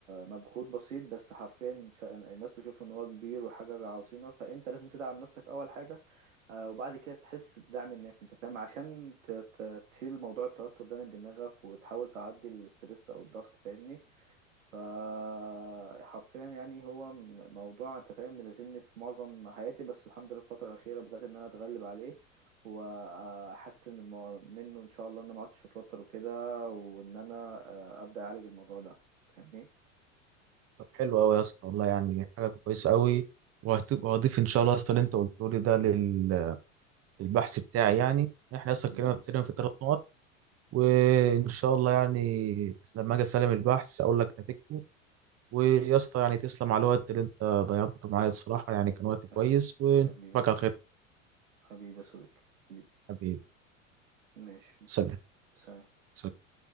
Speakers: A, on the right (about 70°); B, on the right (about 35°).
A: مجهود بسيط بس حرفيا ش- الناس تشوف ان هو كبير وحاجة عظيمة فانت لازم تدعم نفسك اول حاجة آه، وبعد كده تحس بدعم الناس انت فاهم عشان ت- ت- تشيل موضوع التوتر ده من دماغك وتحاول تعدي الاسترس او الضغط فاهمني فحرفيا يعني هو م- موضوع انت فاهم ملازمني في معظم حياتي بس الحمد لله الفترة الأخيرة بدأت ان انا اتغلب عليه واحسن من مو- منه ان شاء الله ان انا ما عدتش اتوتر وكده وان انا آه، ابدا اعالج الموضوع ده فاهمني
B: طب حلو أوي يا اسطى والله يعني حاجة كويسة أوي وهت- وهضيف إن شاء الله يا اسطى اللي أنت قلته لي ده لل- للبحث بتاعي يعني إحنا أصلا
A: ماشي.
B: اتكلمنا في تقريباً في ثلاث نقط وإن شاء الله يعني لما أجي أسلم البحث أقول لك نتيجته ويا اسطى يعني تسلم على الوقت اللي انت ضيعته معايا الصراحة يعني كان وقت كويس
A: أه،
B: ونشوفك
A: حبيبي يا سيدي
B: على خير
A: حبيبي يا صديقي حبيبي
B: حبيبي
A: ماشي
B: سلام
A: سلام
B: سلام.